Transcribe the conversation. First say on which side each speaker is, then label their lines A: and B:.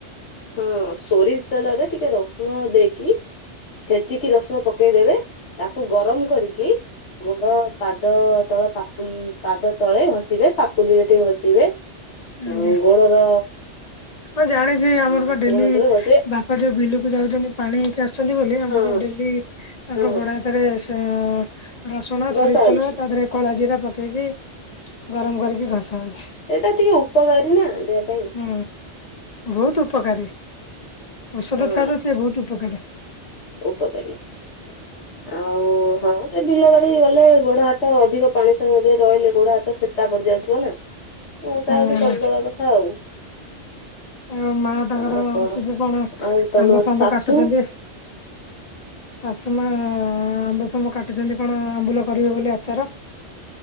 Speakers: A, on the left; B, on the left.
A: ହଁ ସୋରିଷ ତେଲରେ ଟିକେ ରସୁଣ ଦେଇକି ଛେଚିକି ରସୁଣ ପକେଇଦବେ ତାକୁ ଗରମ କରିକି ଗୋଡ ପାଦ ତଳ ପାୁ ପାଦ ତଳେ ଘସିବେ ପାପୁଲିରେ ଟିକେ ଘସିବେ।
B: ଆଜ୍ଞା
A: ଆଉ ଗୋଡର
B: ହଁ ଜାଣିଛି ଆମର ବା
A: ଆଣ୍ଠୁ
B: ଡେଲି
A: ଗଣ୍ଠରେ ଘଷିବେ
B: ବାପା ଯୋଉ ବିଲକୁ ଯାଉଛନ୍ତି ପାଣିଇକି ଆସୁଛନ୍ତି ବୋଲି ଆମର
A: ହଁ ହଁ
B: ଡେଲି ତାଙ୍କ
A: ହଁ ହଁ
B: ଗୋଡା ହାତରେ ସେ ରସୁଣ
A: ଘଷା
B: ସୋରିଷ
A: ହଉଛି
B: ତେଲ ତା ଦେହରେ କଳା ଜିରା ପକେଇକି ଗରମ କରିକି ଘଷା ହଉଛି।
A: ଏଇଟା ଟିକେ ଉପକାରୀ ନା ଦେହ ପାଇଁ।
B: ହୁଁ ବହୁତ ଉପକାରୀ ଔଷଧ
A: ହଁ
B: ଥାରୁ ସେ ବହୁତ ଉପକାରୀ।
A: ଉପକାରୀ
B: <inaudible>
A: ଆଉ ହଁ ସେ ବିଲବାରି ଗଲେ ଗୋଡ ହାତ ଅଧିକ ପାଣି ସମୟରେ ରହିଲେ ଗୋଡ ହାତ ସେ ତା ପଡି ଯାଉଥିବ ନା ଘସା
B: ହୁଁ
A: ଘସି କରିଦବା କଥା ଆଉ
B: ଆଉ ମା ତାଙ୍କର
A: ଆଉ କଣ?
B: ସିବୁ କଣ
A: ଆଉ ତମ
B: ଆମ୍ବ ଫମ୍ବ
A: ଶାଶୁ
B: କାଟୁଛନ୍ତି। ଶାଶୁମା ଆମ୍ବ ଫାମ୍ବ କାଟୁଛନ୍ତି କଣ ଆମ୍ବୁଲ କରିବେ ବୋଲି ଆଚାର।